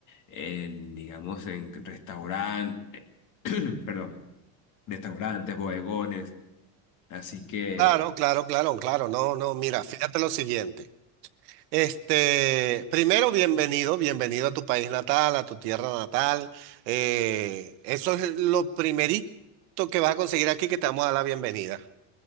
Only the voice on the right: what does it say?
Claro, claro, claro, claro. No, no, mira, fíjate lo siguiente. Este, primero, bienvenido, bienvenido a tu país natal, a tu tierra natal. Eh, eso es lo primerito que vas a conseguir aquí, que te vamos a dar la bienvenida.